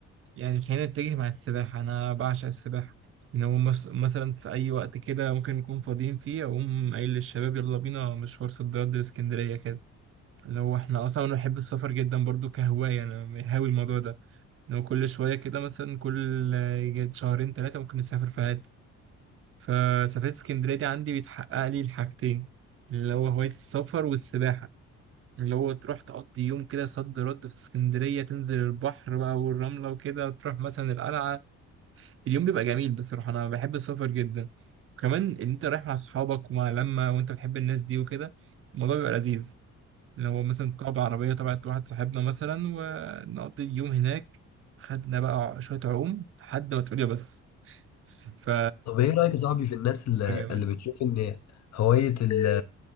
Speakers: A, on the right (about 45°); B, on the left (about 60°).
A: يعني خلينا نتجه مع السباحة أنا بعشق السباحة إن هو مس- مثلا في أي وقت كده ممكن نكون فاضيين فيه أقوم قايل للشباب يلا بينا مشوار صد رد لإسكندرية كده اللي هو إحنا أصلا أنا بحب السفر جدا برضو كهواية أنا هاوي الموضوع ده إن هو كل شوية كده مثلا كل آه، شهرين تلاتة ممكن نسافر في حتة فسفرية اسكندرية دي عندي بيتحقق لي الحاجتين اللي هو هواية السفر والسباحة اللي هو تروح تقضي يوم كده صد رد في اسكندرية تنزل البحر بقى والرملة وكده تروح مثلا القلعة اليوم بيبقى جميل بصراحة أنا بحب السفر جدا وكمان إن أنت رايح مع أصحابك ومع لمة وأنت بتحب الناس دي وكده الموضوع بيبقى لذيذ لو مثلا طلع بعربية تبعت واحد صاحبنا مثلا ونقضي اليوم هناك خدنا بقى شوية عوم لحد ما تقول يا بس ف
B: طب ايه رايك يا صاحبي في الناس اللي,
A: بيبقى جامد
B: اللي بتشوف ان هوايه ال...